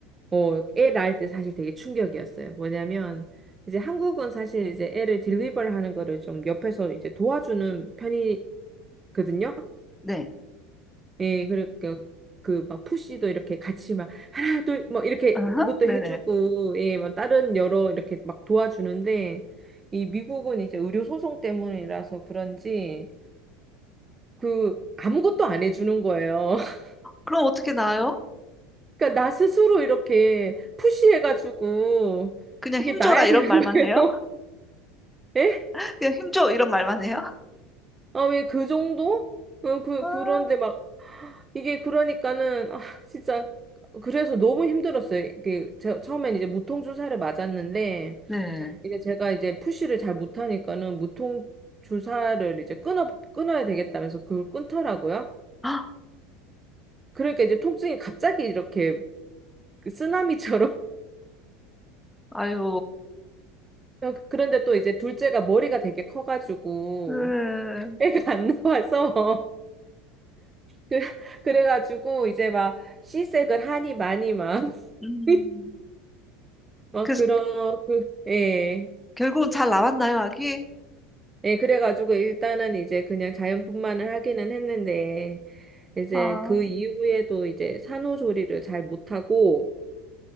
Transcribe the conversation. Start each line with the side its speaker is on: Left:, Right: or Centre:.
Right: 어, 애 낳을 때 사실 되게 충격이었어요. 뭐냐면 이제 한국은 사실 이제 애를 딜리버를 하는 거를 좀 옆에서 이제 도와주는 편이 거든요.
Centre: 네.
Right: 예, 그러니까 그 막 푸시도 이렇게 같이 막 하나 둘 뭐 이렇게
Centre: 어허,
Right: 그것도
Centre: 네네.
Right: 해주고 예, 뭐 다른 여러 이렇게 막 도와주는데 이 미국은 이제 의료 소송 때문이라서 그런지 그 아무것도 안 해주는 거예요. <laughs>
Centre: 그럼 어떻게 나아요?
Right: 그러니까 나 스스로 이렇게 푸시해가지고
Centre: 그냥
Right: 이게
Centre: 힘줘라
Right: 나야
Centre: 이런
Right: 되는
Centre: 말만
Right: 거예요.
Centre: 해요?
Right: <laughs> 예?
Centre: <laughs> 그냥 힘줘 이런 말만 해요?
Right: 아, 왜 그 정도? 그, 그,
Centre: 아,
Right: 그런데 막 이게 그러니까는 아 진짜 그래서 너무 힘들었어요. 이게 제 처음엔 이제 무통 주사를 맞았는데
Centre: 네.
Right: 이제 제가 이제 푸시를 잘 못하니까는 무통 주사를 이제 끊어 끊어야 되겠다면서 그걸 끊더라고요.
Centre: 헉,
Right: 그러니까 이제 통증이 갑자기 이렇게 그 쓰나미처럼
Centre: 아유,
Right: <laughs> 그런데 또 이제 둘째가 머리가 되게 커가지고
Centre: 네.
Right: 애가 안 나와서 <laughs> 그 그래가지고 이제 막 시색을 하니 많이 막
Centre: 음.
Right: <laughs> 막
Centre: 그래서
Right: 그런 그 예.
Centre: 결국은 잘 나왔나요, 아기?
Right: 예, 그래가지고 일단은 이제 그냥 자연분만을 하기는 했는데, 이제
Centre: 아,
Right: 그 이후에도 이제 산후조리를 잘 못하고,